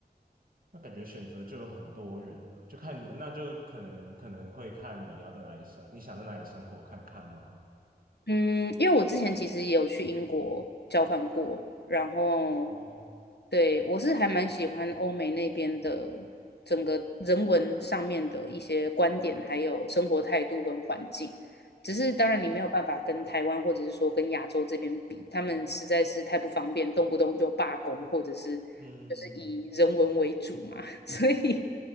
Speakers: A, on the right; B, on the left.
A: 那感觉选择就有很多人了，就看你，那就可能可能会看你要在哪里生，你想在哪里生活看看吗？
B: 嗯，因为我之前其实也有去英国交换过，然后
A: 哦，
B: 对我是还蛮喜欢欧美那边的整个人文上面的一些观点，还有生活态度跟环境。只是当然你没有办法跟台湾或者是说跟亚洲这边比，
A: 诶
B: 他们实在是太不方便，动不动就罢工，或者是就是以人文为主嘛，
A: 嗯，
B: <laughs> 所以